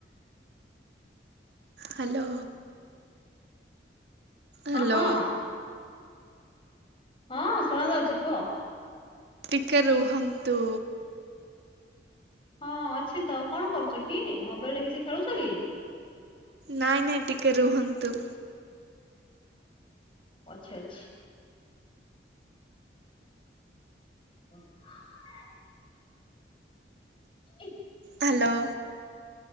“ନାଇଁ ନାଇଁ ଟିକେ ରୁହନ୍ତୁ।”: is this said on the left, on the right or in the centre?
Right